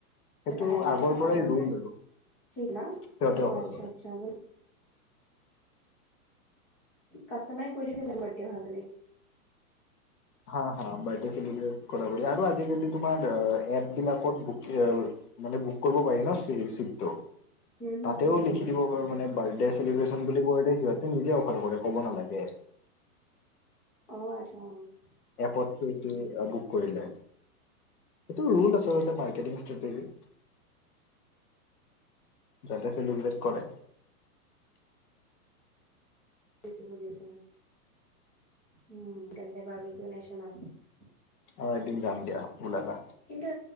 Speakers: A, on the left (about 75°); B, in the centre.
A: সেইটো
B: তাহাঁতি
A: আগৰ পৰাই
B: অফাৰ
A: ৰুল
B: কৰে
A: আৰু
B: ফ্ৰীত ন
A: বাৰ্দেসকলৰ
B: অ আচ্ছা
A: লগত।
B: আচ্ছা মানে কাষ্টমাৰে কৈ দিম জ মৰ <unintelligible> দ হয় বুলি।
A: হা হা, বাৰ্থডে চেলিব্ৰেট কৰা আৰু আজিকালি তোমাৰ এপ বিলাকত ব মানে বুক কৰিব পাৰি ন, চিটটো।
B: উম হুম
A: তাতেও
B: হুম হুম
A: লিখি দিব পাৰে মানে, বাৰ্থডে চেলিব্ৰেচন বুলি ক'লে সিহঁতে নিজে অফাৰ কৰে, ক'ব নালাগে।
B: অ', আচছা অ'।
A: এপ দি বুক কৰিলে। এইটো ৰল আছে, মাৰ্কেটিংষ্ট স্ত্ৰেতেযি। <unintelligible> যাতে চেলি ব্ৰেট কৰে।
B: বুজিছোঁ বুজিছোঁ ন', উম, কে ভাবি ক নছ ন? <unintelligible>
A: অ', এদিন যাম দিয়া ওলাবা।
B: কিন্তু,